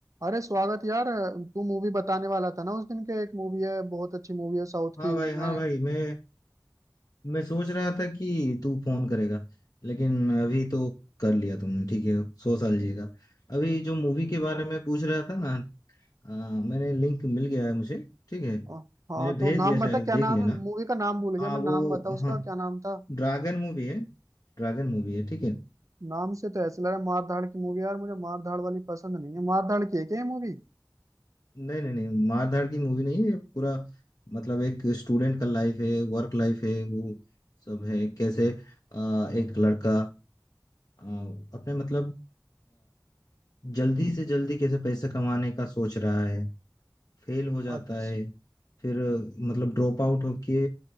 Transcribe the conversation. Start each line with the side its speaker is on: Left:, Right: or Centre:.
Right: अरे स्वागत यार तू मूवी बताने वाला था ना उस दिन के एक मूवी है बहुत अच्छी मूवी है साउथ
Left: हाँ
Right: की
Left: भाई हाँ
Right: मैं
Left: भाई मैं मैं सोच रहा था कि तू फोन करेगा लेकिन अभी तो कर लिया तुमने ठीक है सौ साल जिएगा अभी जो मूवी के बारे में पूछ रहा था ना आ, मैंने लिंक मिल गया है मुझे ठीक है
Right: <laughs> हाँ
Left: मैंने भेज
Right: तो नाम
Left: दिया
Right: बता
Left: शायद
Right: क्या
Left: देख
Right: नाम
Left: लेना
Right: है मूवी का नाम भूल गया
Left: हाँ
Right: मैं
Left: वो
Right: नाम बता उसका
Left: हाँ
Right: क्या नाम था
Left: ड्रैगन मूवी है ड्रैगन मूवी है ठीक है
Right: नाम से तो ऐसे लग रहा है मार धाड़ की मूवी यार मुझे मार धाड़ वाली पसंद नहीं है मार धाड़ की है क्या ये मूवी
Left: नहीं नहीं नहीं मारधाड़ की मूवी नहीं है ये पूरा मतलब एक स्टूडेंट का लाइफ है वर्क लाइफ है वो सब है कैसे आ, एक लड़का आ, अपने मतलब जल्दी से जल्दी कैसे पैसा कमाने का सोच रहा है फेल हो जाता
Right: अच्छा
Left: है फिर मतलब ड्रॉप आउट होके